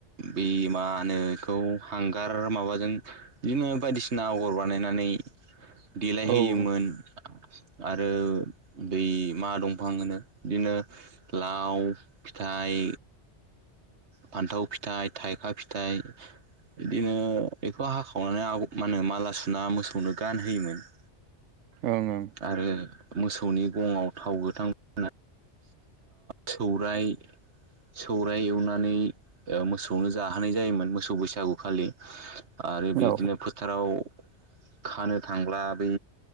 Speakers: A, on the right; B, on the right.
A: बे मा होनो बेखौ हांगार माबाजों बिदिनो बायदिसिना बिसिना आगर बानायनानै देलायहोयोमोन
B: औ ओं
A: आरो दै मा दंफां होनो बिदिनो लाव फिथाइ फान्थाव फिथाइ थाइखा फिथाइ बिदिनो बेखौ हाखावनानै आ मा होनो माला सुना मोसौनो गानहोयोमोन
B: ओंओं
A: आरो मोसौनि गङाव थाव गोथां फ सौराय सौ ओमफ्राय एवनानै मोसौनो जाहोनाय जायोमोन मोसौ बैसागुखालि आरो बिदिनो
B: औ
A: फोथाराव खानो थांब्ला बै